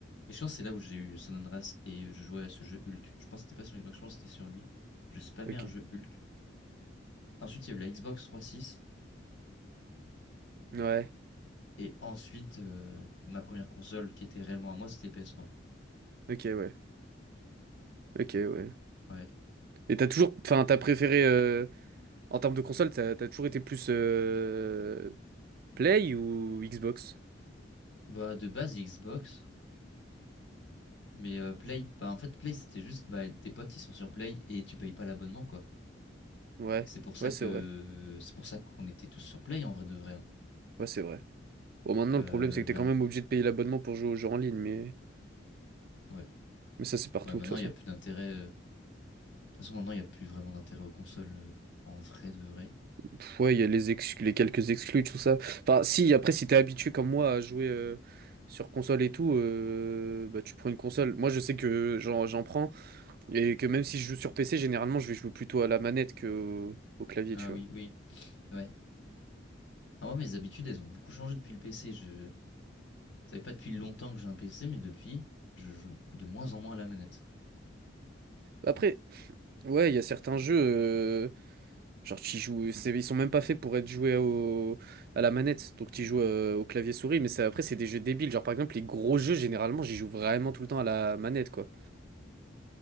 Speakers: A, on the left (about 75°); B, on the right (about 50°).
A: Et je pense que c'est là où j'ai eu San Andreas et je jouais à ce jeu Hulk. Je pense que c'était pas sur Xbox, je pense que c'était sur lui. Je spammais
B: Ok.
A: un jeu Hulk. Ensuite, il y a eu la Xbox trois six
B: Ouais.
A: Et ensuite, euh, ma première console qui était réellement à moi, c'était ps trois.
B: Ok, ouais. Ok, ouais.
A: Ouais.
B: Et t'as toujours. Enfin, t'as préféré. euh, en termes de console, t'as t'as toujours été plus euh, Play ou Xbox?
A: Bah, de base, Xbox. Mais euh, Play, bah, en fait, Play, c'était juste, bah, tes potes, ils sont sur Play et tu payes pas l'abonnement, quoi.
B: Ouais.
A: C'est pour ça
B: Ouais,
A: que,
B: c'est vrai.
A: c'est pour ça qu'on était tous sur Play, en vrai de vrai. hein.
B: Ouais, c'est vrai. Bon, maintenant,
A: Euh,
B: le problème, c'est que
A: mais
B: t'es quand
A: en-
B: même obligé de payer l'abonnement pour jouer aux jeux en ligne, mais,
A: ouais.
B: mais ça, c'est partout,
A: Ouais, maintenant,
B: de toute façon.
A: il y a plus d'intérêt. euh, De toute façon, maintenant, il y a plus vraiment d'intérêt aux consoles, euh, en vrai de vrai.
B: Pff, Ouais, il y a les, exclus, les quelques exclus, tout ça. Enfin, si, après, si t'es habitué comme moi à jouer euh, sur console et tout, euh, bah, tu prends une console. Moi, je sais que j'en j'en prends et que même si je joue sur PC, généralement, je vais jouer plutôt à la manette que au, au clavier,
A: Ah
B: tu vois.
A: oui, oui. Ouais. Ah, moi, mes habitudes, elles ont beaucoup changé depuis le PC. Je savais pas depuis longtemps que j'ai un PC, mais depuis, je joue de moins en moins à la manette.
B: Après, ouais, il y a certains jeux, euh, genre, tu joues, c'est- ils sont même pas faits pour être joués au, à la manette, donc tu joues euh, au clavier souris, mais ça, après, c'est des jeux débiles. Genre, par exemple, les gros jeux, généralement, j'y joue vraiment tout le temps à la manette, quoi.